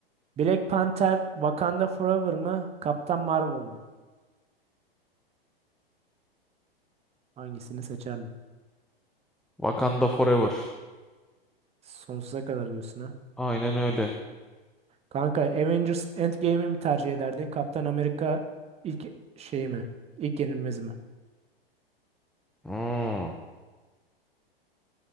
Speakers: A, on the right; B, in the centre.
A: Black Panther Wakanda Forever mı? Kaptan Marvel mı? Hangisini seçerdin?
B: Wakanda Forever.
A: Sonsuza kadar diyorsun ha.
B: Aynen öyle.
A: Kanka Avengers Endgame'i mi tercih ederdin? Kaptan Amerika ilk şey mi? İlk yenilmez mi?
B: Hmm.